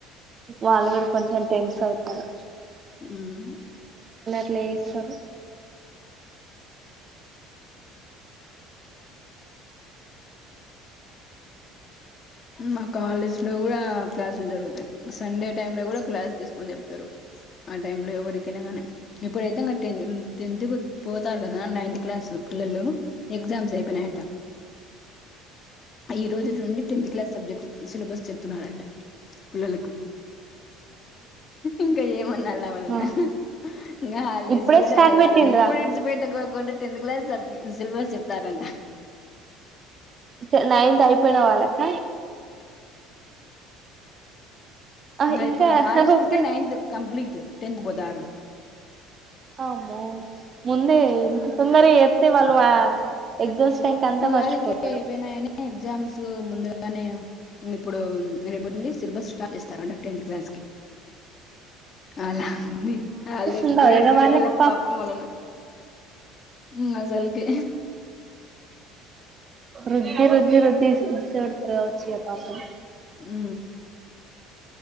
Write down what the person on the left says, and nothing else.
ఉం
మా కాలేజ్ లో కూడా ఆ క్లాసులు జరుగుతాయి సండే టైం లో కూడా క్లాస్ తీసుకొని చెప్తారు ఆ టైం లో ఎవరికైనా కాని ఇప్పుడైతే ఇంకా టెన్ టెన్త్ కు పోతారు కదా నైన్త్ క్లాస్ పిల్లలు ఎగ్జామ్స్ అయిపోయినాయట. ఈ రోజు నుండి టెన్త్ క్లాస్ సబ్జెక్ట్ సిలబస్ చెప్తున్నారంట పిల్లలకు ఇంక ఏమనాల వాళ్ళను
ఇంకా హాలిడేస్
గూడ
కాలేదు
వాళ్ళను ఇప్పుడే ఇడిచిపేట్ <unintelligible> కాకుండా టెంత్ క్లాస్ సబ్ సిలబస్ చెప్ దారంట
ఇంక
ఇప్పుడు హలీడేస్
అతే నైన్త్ కంప్లీట్ టెన్త్ పోతారు.
ఉగాదికే
ఐపోనాయని ఎగ్జామ్స్ సో ముందుగానే ఇప్పుడు రేపటి నుండి సిలబస్ స్టార్ట్ చేస్తారు అంట టెన్త్ క్లాస్ ఓకే అలా ఉంది హాలిడేస్
కి కూడా
ఇడిసిపెట్టలా
పాపం వాళ్ళని ఉమ్ అసలకీ
ఉ